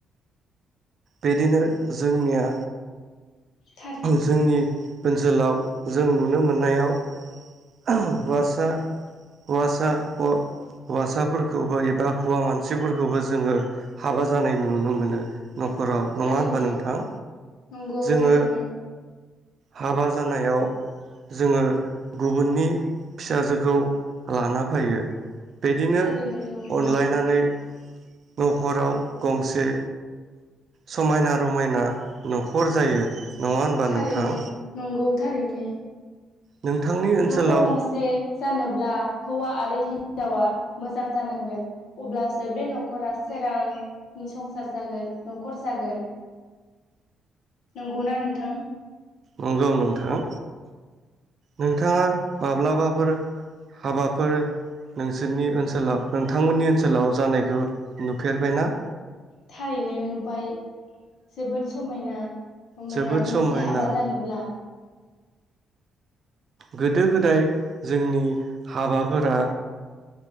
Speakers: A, on the right (about 50°); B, on the left (about 75°).
A: बिदिनो जोंनिया
B: थारैनो
A: जोंनि ओनसोलाव जों नुनो मोननायाव हौवासा हौवासा <unintelligible> हौवासाफोरखौबो एबा हौवा मानसिफोरखौबो जोङो हाबा जानाय नुनो मोनो न'खराव नङा
B: थारैनो
A: होनबा नोंथां
B: नंगौ
A: जोङो
B: थारैनो
A: हाबा जानायाव जोङो गुबुननि फिसाजोखौ लाना फैयो बिदिनो
B: थारैनो नंगौ
A: अनलाइनानै न'खराव गंसे समायना रमायना न'खर जायो नङा होनबा
B: थारैनो
A: नोंथां
B: नंगौ थारैनो।
A: नोंथांनि ओनसोलाव
B: न'खर गंसे जानोब्ला हौवा आरो हिन्जावा मोजां जानांगोन अब्लासो बे न'खरा सोरां नि संसार जागोन नखर जागोन नंगौना नोंथां?
A: नंगौ नोंथां नोंथाङा माब्लाबाफोर हाबाफोर नोंसोरनि ओनसोलाव नोंथांमोननि ओनसोलाव जानायखौ नुफेरबायना?
B: थारैनो नुबाय। जोबोद समायना रमायना
A: जोबोद
B: मोनसे
A: समायना
B: हाबा जानोब्ला
A: गोदो गोदाय जोंनि हाबाफोरा